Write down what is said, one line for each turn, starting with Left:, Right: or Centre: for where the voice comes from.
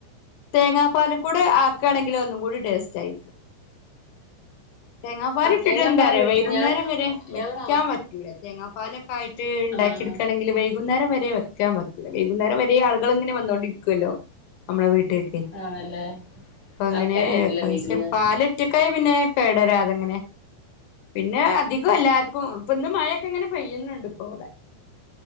Left: തേങ്ങാ പാലും കൂടെ ആഹ് കേണെങ്കില് ഒന്നുകൂടി ടേസ്റ്റായി തേങ്ങാപ്പാല്
Centre: ആഹ്
Left: ഇട്ടിട്ട്
Centre: തേങ്ങാപ്പാൽ
Left: എന്താറിയോ
Centre: ഒഴിക്കുന്ന
Left: വൈകുന്നേരം
Centre: ഞാൻ
Left: വരെ വെക്കാൻ
Centre: ഞങ്ങൾ
Left: പറ്റ റ്റൂല തേങ്ങാപ്പാലൊക്കെ ആയിറ്റ് ണ്ടാക്കിട്കാണങ്കില്
Centre: ആഹ്
Left: വൈകുന്നേരം വരെ വക്ക ക്കാൻ പറ്റൂല വൈകുന്നേരം വരേ ആളുകൾ ഇങ്ങനെ വന്നോണ്ടിരിക്കുവല്ലോ നമ്മളെ വീട്ടിക്
Centre: ആണല്ലേ
Left: പ്പങ്ങനേ
Centre: ആൾക്കാർ വരുമല്ലേ
Left: കൽസ്യ
Centre: വിരുന്ന്
Left: പാല് <unintelligible> പിന്നെ കേടരാതെങ്ങനെ പിന്നെ അധികം എല്ലാർക്കും ഇപ്പൊ ഇന്ന് മഴയൊക്കെ ഇങ്ങനെ പെയ്യുന്നുണ്ട് ഇപ്പൊ ഇവിടെ